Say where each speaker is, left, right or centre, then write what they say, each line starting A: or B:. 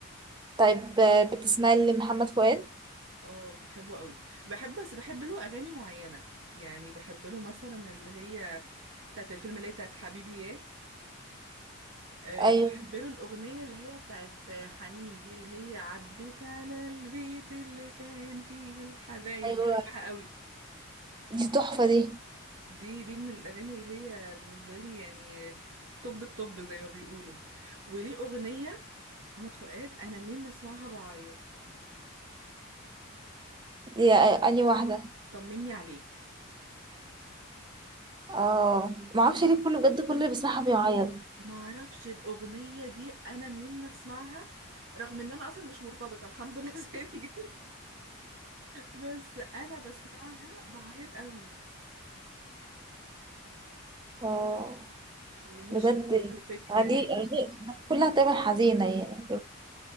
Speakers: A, on the right; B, on the right.
A: طيب آه، بتسمعي لمحمد فؤاد
B: اه بحبه قوي بحب بس بحب له اغاني معينه يعني بحب له مثلا اللي هي بتاعت الفيلم اللي هي بتاعت حبيبي ياه أه
A: ايوه
B: بحب له الأغنية اللي هي بتاعت حنين دي اللي هي عدت على البيت اللي كان فيه الحبايب
A: ايوه
B: دي بحبها قوي
A: دي تحفه دي
B: دي دي من الأغاني اللي هي بالنسبة لي يعني طب الطب زي ما بيقولوا وليه أغنية محمد فؤاد أنا منين ما أسمعها بعيط
A: دي آه، اني واحده
B: طمني عليك
A: اه ما اعرفش ليه كله بجد كل اللي بيسمعها بيعيط
B: معرفش الأغنية دي أنا منين ما أسمعها رغم إن أنا أصلا مش مرتبطة الحمد لله <laughs> سنجل بس أنا بسمعها بعيط قوي
A: اه
B: ومش
A: بجد
B: فاهمة الفكرة
A: أغانيه
B: يعني
A: أغانيه كلها تقريبا حزينة يعني